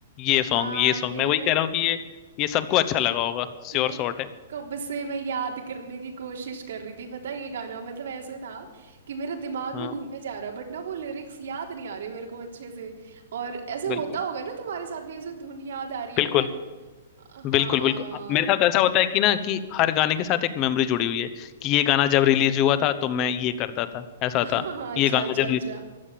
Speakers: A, on the left; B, on the right.
A: ये
B: हाँ
A: सॉन्ग ये सॉन्ग
B: ये
A: मैं वही
B: मैं
A: कह रहा हूँ कि ये ये सबको अच्छा लगा होगा
B: मैं
A: श्योर शॉट है
B: कब से मैं याद करने की कोशिश कर रही थी पता है ये गाना मतलब ऐसे था कि मेरे दिमाग
A: हाँ
B: में घूमे जा रहा बट ना वो लिरिक्स याद नहीं आ रहे मेरे को अच्छे से और ऐसे होता
A: बिल्कुल
B: होगा ना तुम्हारे साथ भी ऐसे धुन याद आ रही
A: बिल्कुल
B: है पर हाँ
A: बिल्कुल बिल्कुल अ, मेरे साथ ऐसा होता है कि ना कि हर गाने के साथ एक मेमोरी जुड़ी हुई है कि ये गाना जब रिलीज हुआ था तो मैं ये करता था ऐसा
B: <laughs> हाँ
A: था
B: अच्छा
A: ये गाना
B: अच्छा
A: जब
B: अच्छा